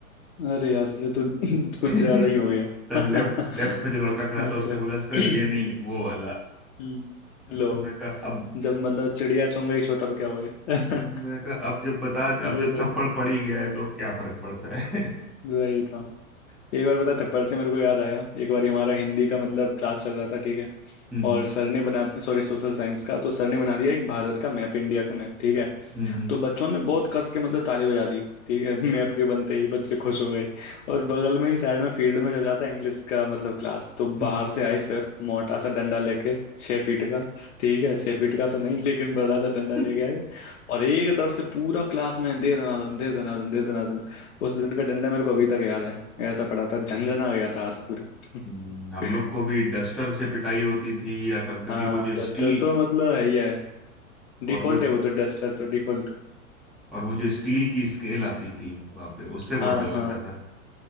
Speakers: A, on the left; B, in the centre.
A: अरे यार ये तो <laughs>
B: <laughs>
A: कुछ ज्यादा ही हो गया
B: तब
A: <laughs>
B: लेफ्ट लेफ्ट में जो लड़का खड़ा
A: अरे
B: था उसने
A: तो
B: बोला सर
A: <clears throat>
B: ये नहीं वो वाला
A: हम्म, लो
B: तो मैं कहा अब
A: जब मतलब चिड़िया चुंगा ही छो तब क्या हुए <laughs>
B: मैं मैं कहा अब जब बता
A: वही
B: अब जब
A: तो
B: थप्पड़ पड़ ही गया है तो अब क्या फर्क पड़ता है <laughs>
A: वही तो एक बार पता है, थप्पड़ से मेरे को याद आया एक बार हमारा हिंदी का मतलब क्लास चल रहा था ठीक है
B: हम्म
A: और सर ने बना सॉरी सोशल साइंस का तो सर ने बना दिया एक भारत का मैप इंडिया का मैप ठीक है
B: हम्म हम्म हम्म,
A: तो बच्चों ने बहुत कस के मतलब ताली बजा दी ठीक है <laughs> मैप के बनते ही बच्चे खुश हो गए और बगल में ही साइड में फील्ड में चल रहा था इंग्लिश का मतलब क्लास तो
B: हम्म।
A: बाहर से आए सर मोटा सा डंडा लेके छह फीट का ठीक है छह फीट का तो नहीं लेकिन बड़ा सा डंडा
B: <laughs>
A: लेके आए और एक तरफ से पूरा क्लास में दे दनादन दे दनादन दे दनादन उस दिन का डंडा मेरे को अभी तक याद है ऐसा पड़ा था झंझना गया था हाथ पूरा
B: हम्म, हम
A: <laughs>
B: लोग को भी डस्टर से पिटाई होती थी या कभी कभी
A: हाँ
B: वो जो
A: डस्टर
B: स्टील
A: तो मतलब है ही है डिफॉल्ट
B: और वो
A: है वो तो डस्टर तो डिफॉल्ट
B: और वो जो स्टील की स्केल आती थी बाप रे उससे बहुत
A: हाँ
B: डर लगता
A: हाँ
B: था